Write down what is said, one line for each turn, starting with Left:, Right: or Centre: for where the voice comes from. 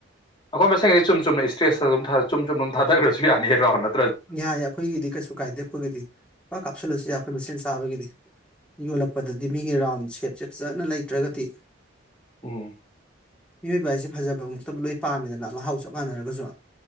Left: ꯑꯩꯈꯣꯏ ꯃꯁꯗꯤ ꯆꯨꯝ ꯆꯨꯝꯅ ꯏꯁꯇ꯭ꯔꯦꯁꯇ ꯑꯗꯨꯝ ꯆꯨꯝ ꯆꯨꯝ ꯑꯗꯨꯝ ꯊꯥꯗꯈ꯭ꯔꯁꯨ ꯌꯥꯅꯤꯔꯣ ꯍ ꯅ
Centre: ꯌꯥꯏ ꯑꯩꯈꯣꯏꯒꯤꯗꯤ ꯀꯩꯁꯨ ꯀꯥꯏꯗꯦ ꯑꯩꯈꯣꯏꯒꯤꯗꯤ ꯏꯄꯥ ꯀꯥꯞꯁꯤꯜꯂꯁꯨ ꯌꯥꯏ ꯑꯩꯈꯣꯏ ꯃꯁꯦꯟ ꯆꯥꯕꯒꯤꯗꯤ ꯌꯣꯜꯂꯛꯄꯗꯗꯤ ꯃꯤꯒꯤ ꯔꯥꯎꯟ ꯁꯦꯞꯁꯦ ꯐꯖꯅ ꯂꯩꯇ꯭ꯔꯒꯗꯤ
Left: ꯎꯝ
Centre: ꯃꯤꯑꯣꯏꯕ ꯍꯥꯏꯁꯦ ꯐꯖꯕꯃꯛꯇꯕꯨ ꯂꯣꯏ ꯄꯥꯝꯃꯤꯗꯅ ꯃꯍꯥꯎ ꯆꯞ ꯃꯥꯟꯅꯔꯒꯁꯨ